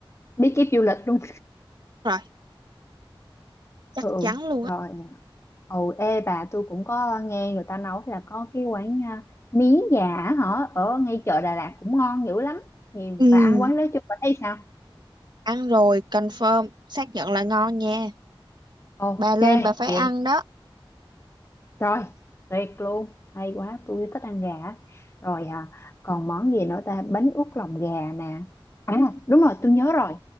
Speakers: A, on the left; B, on the right.
A: bí kíp du lịch luôn
B: rồi
A: <laughs>
B: chắc
A: ừ
B: chắn luôn
A: rồi
B: á
A: Ồ, ê bà tôi cũng có nghe người ta nói là có cái quán à, miến gà á hả ở ngay chợ Đà Lạt cũng ngon dữ lắm thì
B: Ừm,
A: bà ăn quán đó chưa bà thấy sao
B: ăn rồi confirm xác nhận là ngon nha
A: ok
B: bà lên bà phải
A: vậy
B: ăn đó
A: rồi tuyệt luôn hay quá tôi thích ăn gà á. rồi à, còn món gì nữa ta bánh út lòng gà nè à đúng rồi tôi nhớ rồi